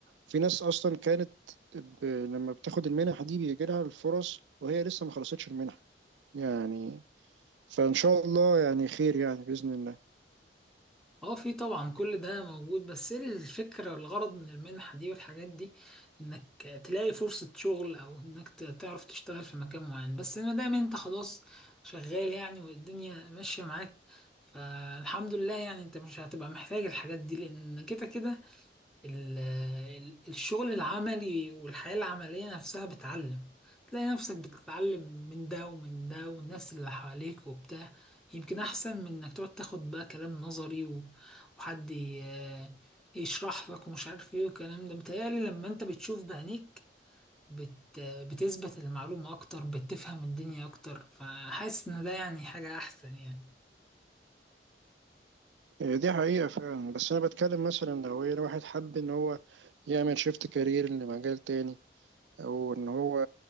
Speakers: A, on the right (about 80°); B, in the centre.
A: في ناس أصلا كانت ب... لما بتاخد المنح دي بيجي لها الفرص وهي لسه ما خلصتش المنحة يعني فإن شاء الله يعني خير يعني بإذن الله
B: اه في طبعا كل ده موجود بس ايه الفكرة والغرض من المنحة دي والحاجات دي انك تلاقي فرصة شغل او انك ت- تعرف تشتغل في مكان معين بس ما دام انت خلاص شغال يعني والدنيا ماشية معاك فالحمد لله يعني انت مش هتبقى محتاج الحاجات دي لان كده كده ال- ال- الشغل العملي والحياة العملية نفسها بتعلم تلاقي نفسك بتتعلم من ده ومن ده والناس اللي حواليك وبتاع يمكن أحسن من إنك تقعد تاخد بقى كلام نظري و- وحد ي- يشرح لك ومش عارف إيه والكلام ده متهيألي لما أنت بتشوف بعينيك بت بتثبت المعلومة أكتر بتفهم الدنيا أكتر فحاسس إن ده يعني حاجة أحسن يعني
A: آه، دي حقيقة فعلا بس أنا بتكلم مثلا لو هي واحد حب إن هو يعمل شيفت كارير لمجال تاني وان هو